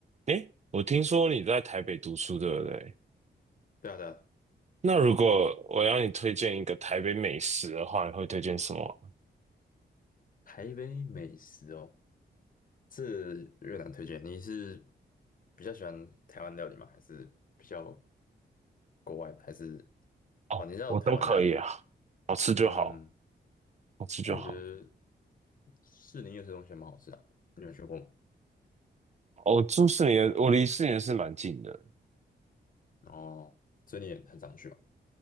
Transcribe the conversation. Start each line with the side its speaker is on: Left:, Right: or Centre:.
Right: 诶，我听说你在台北读书，对不对？
Left: 对啊对啊，
Right: 那如果我要你推荐一个台北美食的话，你会推荐什么？
Left: 台北美食哦，这越南推荐。你是比较喜欢台湾料理吗？还是比较国外的？还是
Right: 哦，
Left: 哦，你知道台湾的料理吗？
Right: 我都可以啊，好吃就好，
Left: 嗯，
Right: 好吃就好。
Left: 我觉得士林夜市东西还蛮好吃的啊你有去过吗？
Right: 哦，住四年，我离四年是蛮近的。
Left: 哦，所以你也很常去吧？